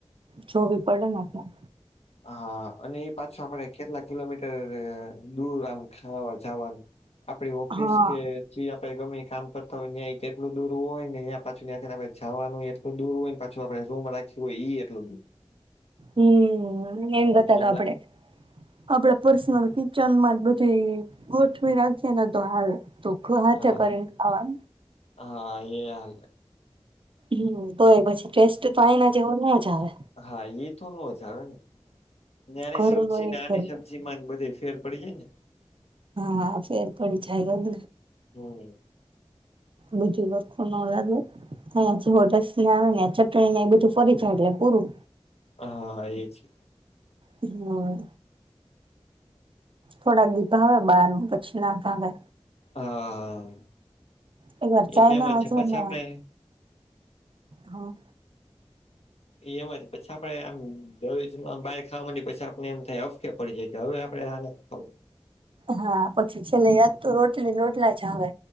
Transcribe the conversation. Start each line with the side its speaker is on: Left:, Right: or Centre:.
Right: જોવી પડેને ક્યા.
Left: હા અને એ પાછ આપડે કેટલા કિલોમીટર દૂર આમ ખાવા જવાનું. આપડી ઓફિસ
Right: હા
Left: કે જે આપણે ગમે એ કામ કરતા હોય કેટલું દૂર હોય ને ત્યાં પાછું નેંખને આપણે જવાનું. દૂર હોય પાછું આપડે રાખી હોય એટલું દૂર-
Right: હમ એન ગતાગવા
Left: એટલે
Right: આપડે- આપડા પર્સનલ કિચનમાં બધી ગોઠવી રાખીએ ને તો હાલ દુઃખ હ હત્યા
Left: હા
Right: કરને ખવા.
Left: હા એ હાલ.
Right: હમ તોય પછી ટેસ્ટ તો આના જેવો ન જ આવે.
Left: હા એ થો નો જ આવે ને નાની
Right: ઘરનો
Left: સબ્જી
Right: ને
Left: ના નાની
Right: ઘરનો
Left: સબ્જી બધે ફેર બળિયાને.
Right: હા ફેર પડી છેાય ગ.
Left: હમ.
Right: બધી વસ્ખુ ન લાગે અ હોટસ ને આવે ને ચટણી ને એ બધું ફરી ચડ્યા પૂરું.
Left: હા એ છે.
Right: હમ. થોડાક દીભાવ બહાર ન પછી નાથ આવે.
Left: હા
Right: એકવાર
Left: એ
Right: ચાઈનામાં
Left: તો એમ જ છે.
Right: જઈને
Left: પછી આપણે.
Right: હા.
Left: એ એમ હો પછી આપડે આમ. જરૂરમ બાર ખાવા ની પસા આપને એમ થાય અફકે પડી જાય હવે આપડે આ ના ખાવું.
Right: હા, પછી ચલે, યાદ તો રોટલી રોટલા છે હવે.